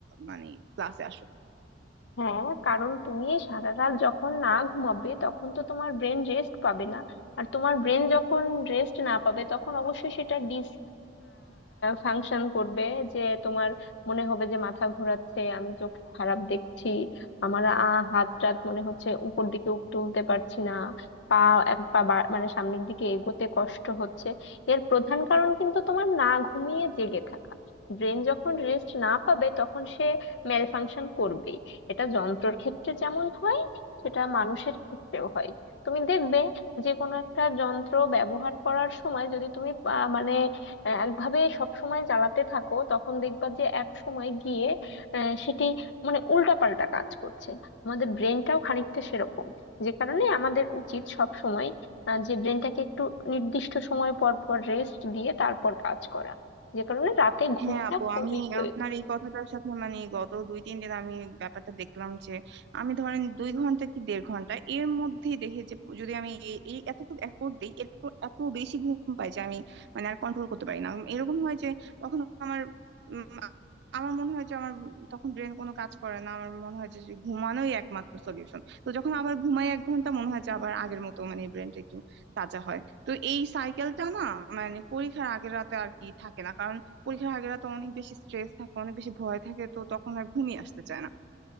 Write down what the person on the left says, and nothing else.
হ্যাঁ কারণ তুমি এই সারা রাত যখন না ঘুমাবে তখন তো তোমার ব্রেন রেস্ট পাবে না আর তোমার ব্রেন যখন রেস্ট না পাবে তখন অবশ্যই সেটা ডিস ফাংশন করবে যে তোমার মনে হবে যে মাথা ঘোরাচ্ছে আমি চোখ খারাপ দেখছি আমার আহ, হাত টাত মনে হচ্ছে উপর দিকে উঠ- তুলতে পারছি না পা এক পা বা- মানে সামনের দিকে এগোতে কষ্ট হচ্ছে এর প্রধান কারণ কিন্তু তোমার না ঘুমিয়ে জেগে থাকা ব্রেন যখন রেস্ট না পাবে তখন সে মেল ফাংশন করবেই এটা যন্ত্রর ক্ষেত্রে যেমন হয় সেটা মানুষের ক্ষেত্রেও হয় তুমি দেখবে যে কোনো একটা যন্ত্র ব্যবহার করার সময় যদি তুমি আহ, মানে আহ, একভাবে সব সময় চালাতে থাকো তখন দেখবা যে এক সময় গিয়ে আহ, সেটি মানে উল্টাপাল্টা কাজ করছে আমাদের ব্রেনটাও খানিকটা সেরকম যে কারণে আমাদের উচিত সব সময় যে ব্রেনটাকে একটু নির্দিষ্ট সময় পর পর রেস্ট দিয়ে তারপর কাজ করা যে কারণে রাতে ঘুমটা
খুবই
প্রয়োজন